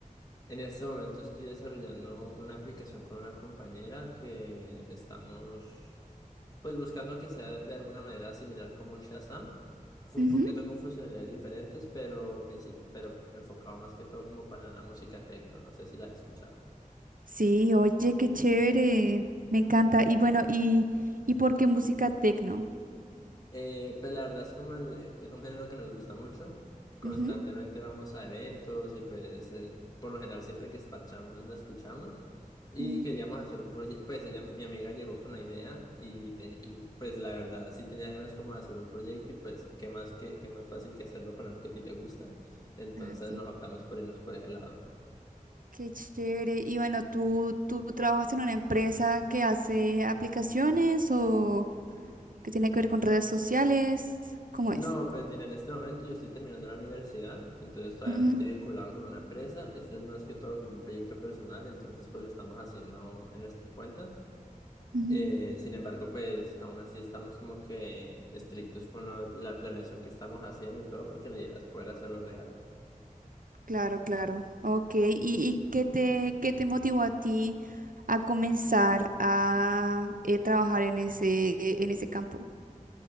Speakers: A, on the left; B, on the right.
A: En este momento estoy desarrollando una aplicación con una compañera que estamos pues buscando que sea de alguna manera similar como un Shazam. Fue
B: Ujú.
A: un poquito con funcionalidades diferentes, pero, princip- pero enfocado más que todo como para la música techno, no sé si la has escuchado.
B: Sí, oye, qué chévere, me encanta. Y bueno, ¿y, y por qué música tecno?
A: Eh, pues la verdad es como el, eh, es un género que nos gusta mucho. Constantemente
B: Ujú,
A: vamos a eventos y pues eh, por lo general siempre que esparchamos la escuchamos. Y
B: ujú.
A: queríamos hacer un proyecto, pues ella, mi amiga llegó con la idea y, te- y pues la verdad sí tenía ganas como de hacer un proyecto y pues qué más, qué, qué más fácil que hacerlo con algo que a ti te gusta. Entonces
B: Ah, sí,
A: nos optamos por irnos por ese lado.
B: qué chévere. Y bueno, ¿tú, tú trabajas en una empresa que hace aplicaciones o que tiene que ver con redes sociales? ¿Cómo
A: No,
B: es?
A: pues mira, en este momento yo estoy terminando la universidad, entonces todavía
B: Ujú,
A: no estoy vinculado con una empresa. Este es más que todo como un proyecto personal, entonces pues lo estamos haciendo en nuestra cuenta.
B: ujú.
A: Eh, sin embargo, pues aún así estamos como que estrictos con lo- la planeación que estamos haciendo y todo, porque la idea es poder hacerlo real.
B: Claro, claro. Ok. ¿Y, y qué te, qué te motivó a ti a comenzar a eh, trabajar en ese, eh, en ese campo?